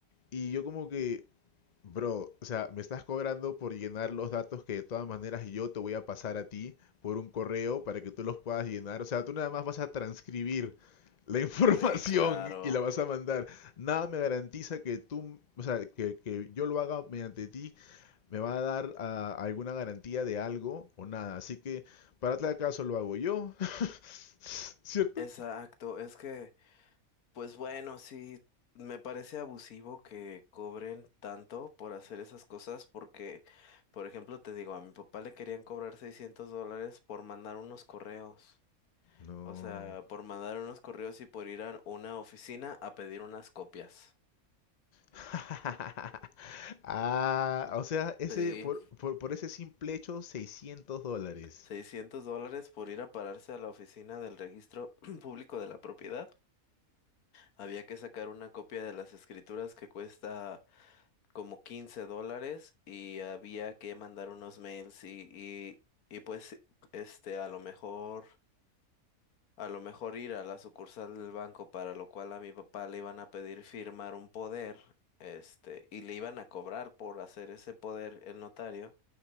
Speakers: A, on the left (about 65°); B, on the left (about 85°).
A: Y yo como que, Bro, o sea, me estás cobrando por llenar los datos que de todas maneras yo te voy a pasar a ti por un correo para que tú los puedas llenar. O sea, tú nada más vas a transcribir la <laughs> información
B: Sí, claro.
A: y la vas a mandar. Nada me garantiza que tú, o sea, que, que yo lo haga mediante ti, me va a dar ah, alguna garantía de algo o nada. Así que, para tal caso, lo hago yo. <laughs> ¿Cierto?
B: Exacto, es que... Pues bueno, sí, me parece abusivo que cobren tanto por hacer esas cosas porque, por ejemplo, te digo, a mi papá le querían cobrar 600 dólares por mandar unos correos.
A: No.
B: O sea, por mandar unos correos y por ir a una oficina a pedir unas copias.
A: <laughs> Ah, o sea, ese
B: Sí,
A: por, por, por ese simple hecho, 600 dólares.
B: 600 dólares por ir a pararse a la oficina del Registro <clears throat> Público de la Propiedad. Había que sacar una copia de las escrituras que cuesta como 15 dólares y había que mandar unos mails y, y, y pues este a lo mejor a lo mejor ir a la sucursal del banco para lo cual a mi papá le iban a pedir firmar un poder este y le iban a cobrar por hacer ese poder el notario